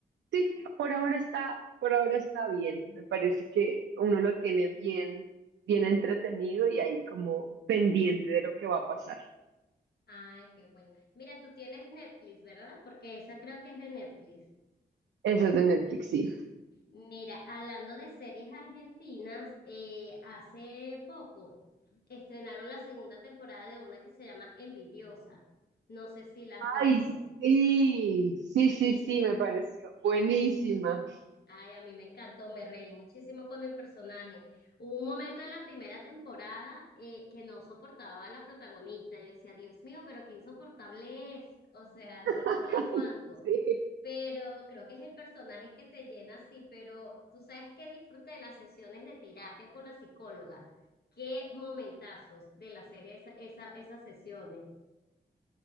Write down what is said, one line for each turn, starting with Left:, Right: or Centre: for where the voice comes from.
Right: sí, por ahora está, por ahora está bien. Me parece que uno lo tiene bien, bien entretenido y ahí como pendiente de lo que va a pasar.
Left: Ay, qué bueno. Mira, tú tienes Netflix, ¿verdad? Porque esa creo que es de Netflix.
Right: Eso es de Netflix, sí.
Left: Mira, hablando de series argentinas, eh, hace poco estrenaron la segunda temporada de una que se llama Envidiosa. No sé si la has visto.
Right: Ay, sí, sí,
Left: Uy,
Right: sí,
Left: ese
Right: sí,
Left: es...
Right: me pareció buenísima.
Left: Ay, a mí me encantó, me reí muchísimo con el personaje. Hubo un momento en la primera temporada eh, que no soportaba a la protagonista. Yo decía, Dios mío, pero qué insoportable es. O sea, no,
Right: <laughs>
Left: no la aguanto.
Right: Sí,
Left: pero creo que es el personaje que te llena así, pero tú sabes que disfruté de las sesiones de terapia con la psicóloga. Qué momentazos de la serie esa, esa- esas sesiones.